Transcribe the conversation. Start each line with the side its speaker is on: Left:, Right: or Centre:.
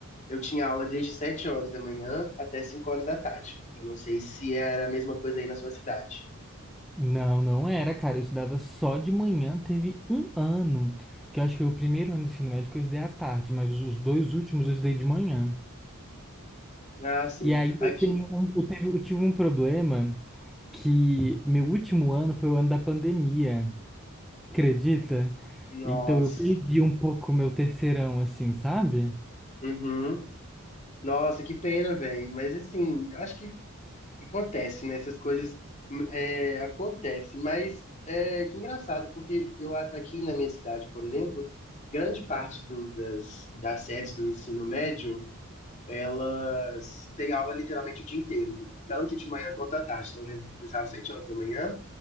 Left: eu tinha aula desde 7 horas da manhã até 5 horas da tarde. Eu não sei se era a mesma coisa aí na sua cidade.
Centre: Não, não era, cara. Eu estudava só de manhã. Teve um ano, que eu acho que foi o primeiro ano do ensino médio que eu estudei à tarde, mas os dois últimos eu estudei de manhã.
Left: Ah, sim.
Centre: E aí
Left: Aqui,
Centre: eu tenho, um- eu teve- eu tive um problema que meu último ano foi o ano da pandemia, acredita?
Left: nossa.
Centre: Então eu perdi um pouco o meu terceirão, assim, sabe?
Left: Uhum. Nossa, que pena, velho. Mas assim, acho que que acontece, né? Essas coisas hum, é, acontecem, mas é que engraçado, porque eu a- aqui na minha cidade, por exemplo, grande parte do- das, das séries do ensino médio, elas têm aula literalmente o dia inteiro, tanto de manhã quanto à tarde. Então, eu lembro que começava às sete horas da manhã